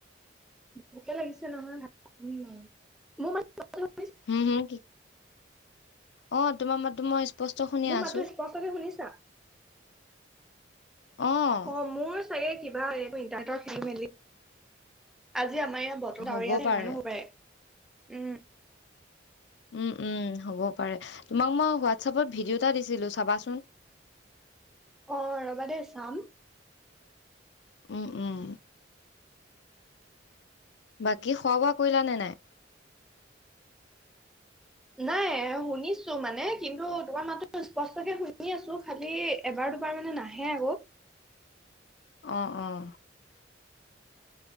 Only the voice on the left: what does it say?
হম হুম কি অঁ তোমাৰ মাত টো মই স্পষ্ট শুনি
আছো
অ',
হ'ব
পাৰে।
উ উম হ'ব পাৰে তোমাক মই হোৱাটছএপত ভিডিঅ'টা দিছিলো চাবাচোন।
উম উম বাকী খোৱা বোৱা কৰিলা নে নাই?
অ অ